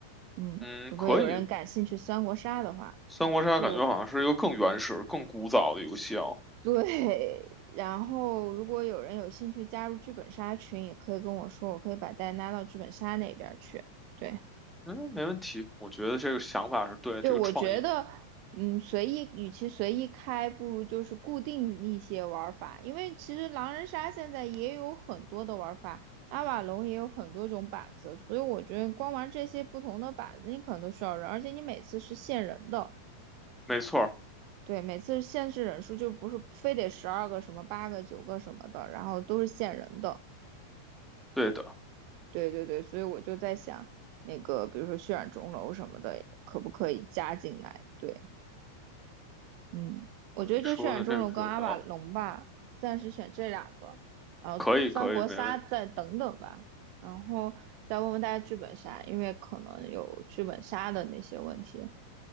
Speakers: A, on the right; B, in the centre.
A: 嗯，
B: 嗯，
A: 如果有人感兴趣三国杀的话，
B: 可以。三国杀感觉好像是一个更原始、
A: 就
B: 更古早的游戏哦。
A: 对，<laughs> 然后如果有人有兴趣加入剧本杀群，也可以跟我说，我可以把大家拉到剧本杀那边儿去。对，
B: 嗯，没问题，我觉得这个想法是对，
A: 对，
B: 这个创意
A: 我觉得，嗯，随意，与其随意开，不如就是固定一些玩儿法，因为其实狼人杀现在也有很多的玩儿法，阿瓦隆也有很多种板子，所以我觉得光玩这些不同的板子，你可能都需要人，而且你每次是限人的。
B: 没错儿，
A: 对，每次限制人数就不是非得十二个什么八个九个什么的，然后都是限人的。
B: 对的。
A: 对对对，所以我就在想，那个比如说血染钟楼什么的，可不可以加进来？对，嗯，我觉得就血染钟楼跟阿瓦隆吧，
B: 嗯，你说的这个是有道理。
A: 暂时选这两个，然后三国杀再等等吧，
B: 可以，可以，没问，
A: 然后再问问大家剧本杀，因为可能有剧本杀的那些问题。